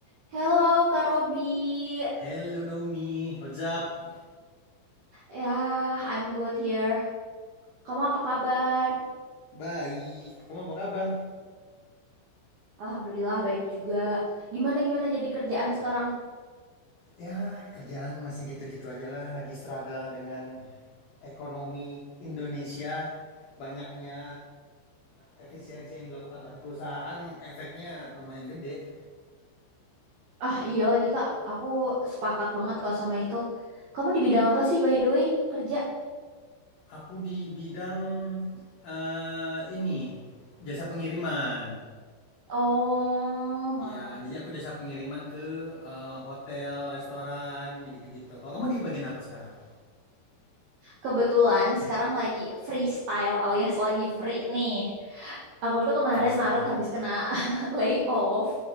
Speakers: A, on the right (about 75°); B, on the left (about 85°).
A: Hello, Kak Robi.
B: Hello Naomi, what's up?
A: Ya, I'm good here. Kamu apa kabar?
B: Baik, Kamu apa kabar?
A: Alhamdulillah baik juga. Gimana gimana jadi kerjaan sekarang?
B: ya kerjaan masih gitu-gitu aja lah, lagi struggle dengan ekonomi Indonesia. Banyaknya efisiensi yang dilakukan oleh perusahaan, efeknya lumayan gede.
A: Ah, iya lagi Kak. Aku sepakat banget kalau sama itu. Kamu di bidang apa sih by the way kerja?
B: Aku di bidang eh, ini jasa pengiriman.
A: Oh, hmm.
B: Ya, jadi aku jasa pengiriman ke eh, hotel, restoran, gitu-gitu. Kalau kamu di bagian apa sekarang?
A: kebetulan sekarang lagi freestyle alias lagi free nih. Aku tuh kemarin
B: Freestyle.
A: Maret habis kena <laughs> layoff.